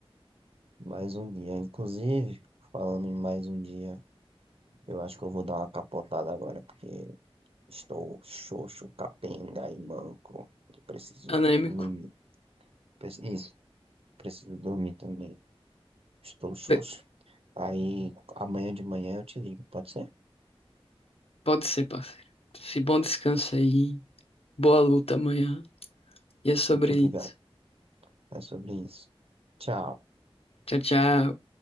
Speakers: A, on the right; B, on the left.
A: Mais um dia. Inclusive, falando em mais um dia, eu acho que eu vou dar uma capotada agora, porque estou xoxo, capenga e manco. E preciso
B: Anêmico.
A: mimir. Preci- Isso, preciso dormir também. Estou xoxo.
B: Be-
A: Aí, amanhã de manhã eu te ligo, pode ser?
B: Pode ser, parceiro. Se bom descanso aí. Boa luta amanhã. E é sobre
A: Muito obrigado.
B: isso.
A: É sobre isso. Tchau.
B: Tchau, tchau.